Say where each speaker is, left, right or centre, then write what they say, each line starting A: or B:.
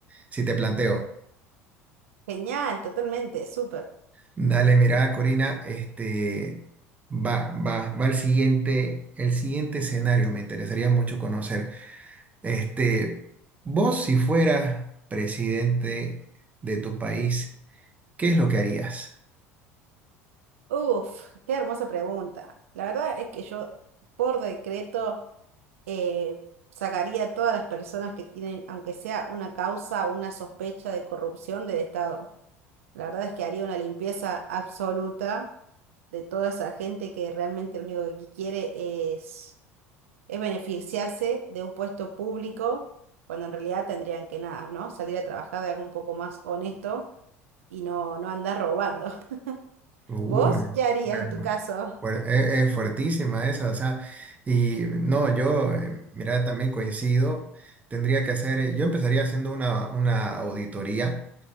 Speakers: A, on the right (about 20°); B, on the right (about 65°).
A: si te planteo?
B: Genial, totalmente, súper.
A: Dale, mira, Corina, este va, va, va el siguiente, el siguiente escenario. Me interesaría mucho conocer. Este, vos, si fueras presidente de tu país, ¿qué es lo que harías?
B: Uf, qué hermosa pregunta. La verdad es que yo, por decreto, eh, sacaría a todas las personas que tienen, aunque sea una causa o una sospecha de corrupción del Estado. La verdad es que haría una limpieza absoluta de toda esa gente que realmente lo único que quiere es, es beneficiarse de un puesto público, cuando en realidad tendrían que nada, ¿no? Salir a trabajar de algo un poco más honesto y no, no andar robando. <laughs>
A: Uy,
B: ¿Vos qué harías
A: bueno,
B: en tu caso?
A: fuer- es, es fuertísima esa, o sea, y no, yo, eh, mira, también coincido. Tendría que hacer, eh, yo empezaría haciendo una, una auditoría,